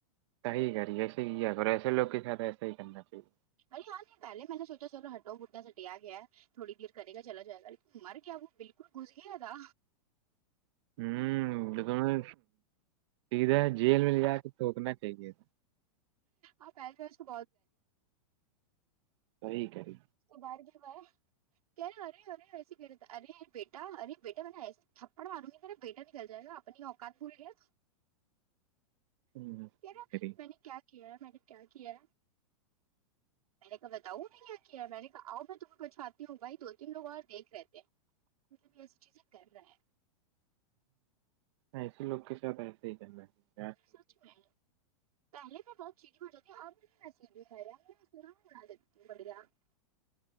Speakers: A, on the right; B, on the right.
A: صحیح کریے ایسے کیا کرو ایسے لوگ کے ساتھ ایسے ہی کرنا چاہیے
B: ار ہاں نہیں پہلے میں نے سوچا چلو ہٹو گردہ سٹیا اگیا ہے تھوڑی دیر کرے گا چلا جائے گ لیکن مر کیا وہ بالکل گھس گیا تھا
A: ہوں تم نے سیدھا جیل میں لیا کے تھٹوکنا چاہیے
B: آپ پہلے میں <unintelligible> تو
A: صحیح کری
B: باہر کی ہوا ہے کہے ہرے ہرے ویسیے کر رہے ارے بیٹا ارے بیٹا میں نے تھپڑا ماروگا تیرا بیٹا نکل جائے گا اپنی اوقات بھول گیا
A: ہوں،
B: کہ
A: صحیح
B: رہا
A: کری
B: ے میں نے کیا کیا ہے میں نے کیا کیا ہے
A: <inaudible>
B: میں نے کہا بتاؤ نہیں کیا میں نے کہا آؤ میں تمہیں پچھاتی ہوں بھائی دو تین لگ اور دیکھ رہتے ہیں مب بھی ایسی چیزیں کر رہا ہیں
A: ایسے لوگ کے ساتھ ایسا ہی کرنا ہے
B: سچ میں پہلے میں بہت چیزیں ہو جاتی اب ی بھی خ سنا ہو بڑھیا <unintelligible>